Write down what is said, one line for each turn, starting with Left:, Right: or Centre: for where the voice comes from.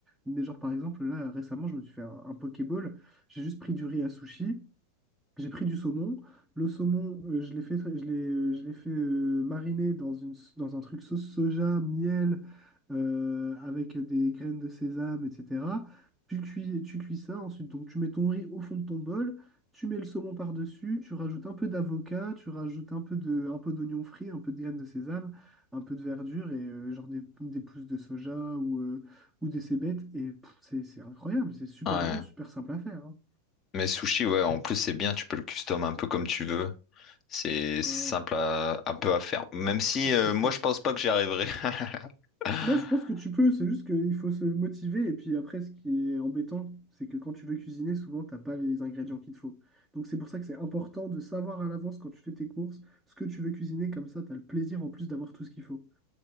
Centre: Mais genre, par exemple, là, récemment, je me suis fait un, un Pokéball, j'ai juste pris du riz à sushi. J'ai pris du saumon. Le saumon, euh, je l'ai fait, je l'ai, euh, je l'ai fait euh, mariner dans une, s- dans un truc sauce soja, miel, euh, avec des graines de sésame, etc. Tu cuis, tu cuis ça. Ensuite, donc, tu mets ton riz au fond de ton bol. Tu mets le saumon par-dessus. Tu rajoutes un peu d'avocat. Tu rajoutes un peu de, un peu d'oignon frit, un peu de graines de sésame, un peu de verdure et euh, genre des, des pousses de soja ou, euh, ou des cébettes. Et pff, c'est c'est incroyable. C'est super
Left: ouais.
Centre: bon, super simple à faire. hein.
Left: Mais sushi, ouais, en plus, c'est bien, tu peux le custom un peu comme tu veux. C'est
Centre: Ouais,
Left: simple
Centre: ouais.
Left: à... un peu à faire. Même si,
Centre: C'est
Left: euh,
Centre: ça.
Left: moi, je pense pas que j'y arriverai. <laughs>
Centre: Moi, je pense que tu peux, c'est juste qu'il faut se motiver. Et puis après, ce qui est embêtant, c'est que quand tu veux cuisiner, souvent, t'as pas les ingrédients qu'il te faut. Donc, c'est pour ça que c'est important de savoir à l'avance quand tu fais tes courses ce que tu veux cuisiner. Comme ça, tu as le plaisir en plus d'avoir tout ce qu'il faut.